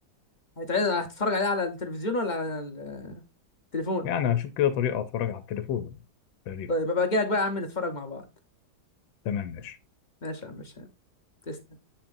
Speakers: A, on the left; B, on the left.
A: هيتعرض على- هتتفرج عليه على التلفزيون ولا على التليفون
B: يعني هشوف كده طريقه اتفرج على التليفون تقريبا
A: طيب ابقى اجي لك بقى يا عم نتفرج مع بعض
B: تمام ماشي
A: ماشي يا عم هشام تسلم